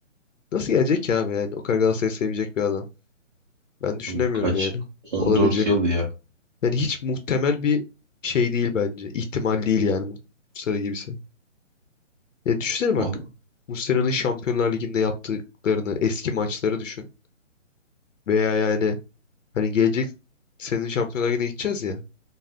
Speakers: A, on the left; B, on the right.
A: Nasıl gelecek ki abi yani o kadar Galatasaray'ı sevecek bir adam. Ben düşünemiyorum
B: Abi kaç?
A: yani.
B: 14
A: Olabilecek
B: yıl ya.
A: Yani hiç muhtemel bir şey değil bence. İhtimal değil yani Muslera gibisi. Ya düşünsene bak.
B: Vallahi.
A: Muslera'nın Şampiyonlar Ligi'nde yaptıklarını, eski maçları düşün. Veya yani hani gelecek senin Şampiyonlar Ligi'ne gideceğiz ya.